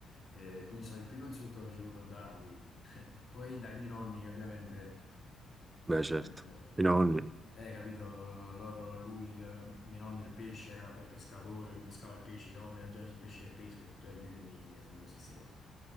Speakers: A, on the left (about 40°); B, on the right (about 20°).
A: Eh, quindi è stato il primo insulto che ho ricevuto da lui. Poi dai miei nonni che ovviamente,
B: Beh, certo,
A: eh,
B: i nonni.
A: eh, eh, capito, loro, lui, il, mio nonno il pesce era per pescatore, lui pescava il pesce, no, non ti mangi il pesce che pesco, tutte le domeniche, sempre le stesse cose.